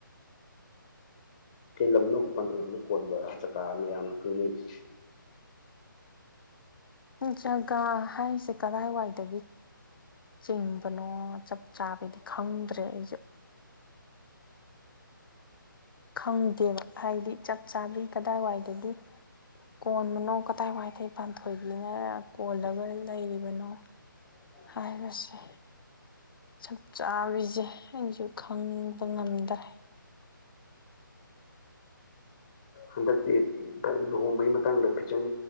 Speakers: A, on the left; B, on the left.
A: ꯀꯩ ꯂꯝ ꯅꯅꯕ ꯄꯟꯊꯛꯅ ꯀꯣꯟꯕ ꯆꯖꯀꯥ ꯃꯌꯥꯝꯅ ꯈꯪꯅꯩꯁꯦ
B: ꯖꯒꯥ ꯍꯥꯏꯔꯤꯁꯦ ꯀꯗꯥꯏꯋꯥꯏꯗꯒꯤ ꯆꯤꯡꯕꯅꯣ ꯆꯞ ꯆꯥꯕꯤꯗꯤ ꯈꯪꯗ꯭ꯔꯦ ꯑꯩꯁꯦ ꯈꯪꯗꯦꯕ ꯍꯥꯏꯗꯤ ꯆꯞ ꯆꯥꯕꯤ ꯀꯗꯥꯏꯋꯥꯏꯗꯒꯤ ꯀꯣꯟꯕꯅꯣ ꯀꯗꯥꯏ ꯋꯥꯏꯊꯩ ꯄꯥꯟꯊꯣꯏꯕꯤꯅ ꯀꯣꯜꯂꯒ ꯂꯩꯔꯤꯕꯅꯣ
A: ꯎ
B: ꯍꯥꯏꯔꯁꯦ ꯆꯞ ꯆꯥꯕꯤꯁꯦ ꯑꯩꯁꯨ ꯈꯪꯕ ꯉꯝꯗ꯭ꯔꯦ
A: ꯍꯟꯗꯛꯇꯤ ꯂꯨꯍꯣꯡꯕꯩ ꯃꯇꯥꯡꯗ ꯐꯤꯖꯪ